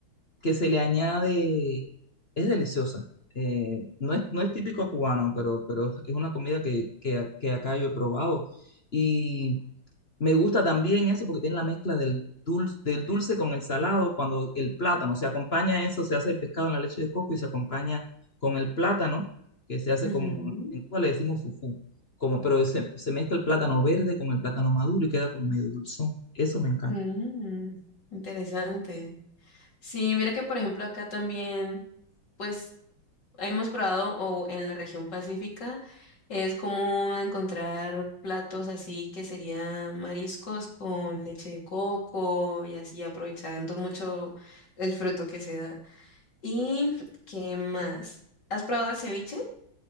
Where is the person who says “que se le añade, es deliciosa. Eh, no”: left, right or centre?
Left